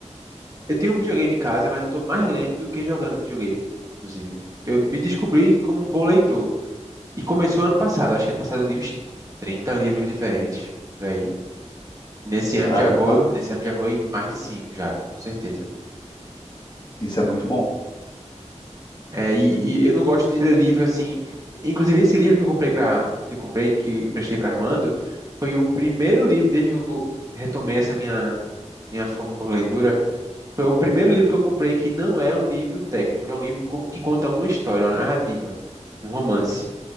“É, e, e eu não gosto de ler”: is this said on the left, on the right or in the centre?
Right